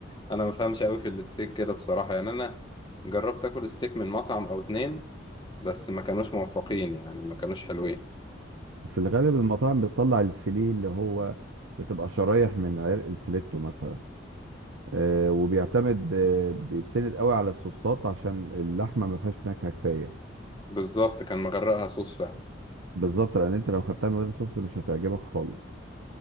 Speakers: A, on the left; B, on the right.
A: <laughs> ما بفهمش قوي في الستيك كده بصراحة يعني انا جربت اكل ستيك من مطعم او اتنين بس ما كانوش موفقين يعني ما كانوش حلوين
B: في الغالب المطاعم بتطلع الفيليه اللي هو بتبقى شرايح من عرق الفليتو مثلا آه وبيعتمد آه بيتسند قوي على الصوصات عشان اللحمه ما فيهاش نكهه كفايه
A: بالظبط كان مغرقها صوص فعلا
B: بالظبط لان انت لو خدتها من غير صوص مش هتعجبك خالص